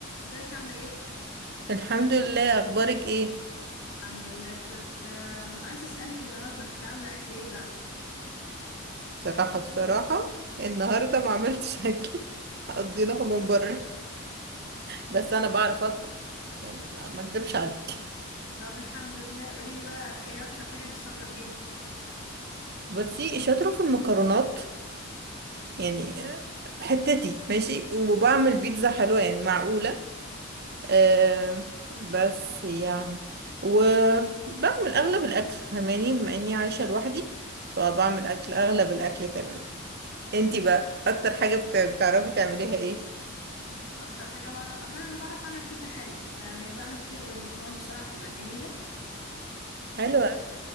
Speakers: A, on the left; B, on the right.
A: ازيك عاملة ايه؟
B: الحمد لله اخبارك ايه
A: الحمد لله كنت آم، عايزة اسألك النهاردة كنت عاملة اكل ايه بقى؟
B: بصراحه بصراحه النهارده ما عملتش اكل <laughs> قضيناها من بره بس انا بعرف اطبخ يعني ما ما اكدبش عليك
A: طب الحمد لله قولي لي بقى ايه اكتر حاجة انت شاطرة فيها؟
B: بصي شاطره في المكرونات يعني حتتي ماشي وبعمل بيتزا حلوه يعني معقوله أه بس يعني وبعمل اغلب الاكل فهماني بما اني عايشه لوحدي فبعمل اكل اغلب الاكل تمام انتي بقى اكتر حاجه بت- بتعرفي تعمليها ايه
A: اكتر حاجة بعرف اعملها انا بعرف اعمل كيكة حلوة يعني بعمل كيكة بالبرتقال بسرعة بتبقى جميلة
B: حلو